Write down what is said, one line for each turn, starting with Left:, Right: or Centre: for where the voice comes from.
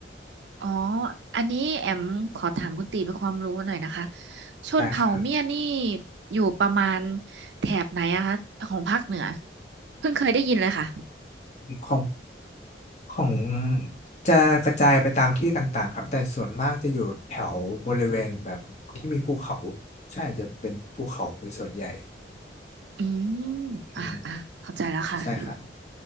Right: อ๋อ อันนี้แอมขอถามคุณตีเป็นความรู้หน่อยนะคะชนเผ่าเมียนี่
Left: ได้ครั
Right: อยู่ประมาณแถบไหนอะคะของภาคเหนือเพิ่งเคยได้ยินเลยค่ะ
Left: บ ของจะกระจายไปตามที่ต่างๆครับแต่ส่วนมากจะอยู่แถวบริเวณแบบที่มีภูเขาใช่จะเป็นภูเขาเป็นส่วนใหญ่
Right: อืม
Left: อืม
Right: อ่าอ่าเข้าใจแล้วค่ะ
Left: ใช่ครับ